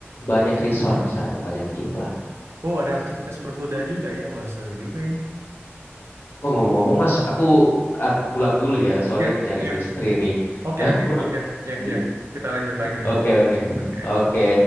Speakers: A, on the right; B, on the left.
A: Oh,
B: Banyak resort di sana, banyak villa.
A: oh ada aktivitas berkuda juga ya. Wah, seru juga ini.
B: Oh ngomong-ngomong Mas, aku anu, pulang dulu ya, soalnya
A: Ya,
B: dicariin
A: ya.
B: istri nih.
A: Oke,
B: <laughs>
A: oke. Ya, ya, ya. Kita lanjut lagi nanti.
B: Oke oke
A: Ya, Pak. ya. ya.
B: oke.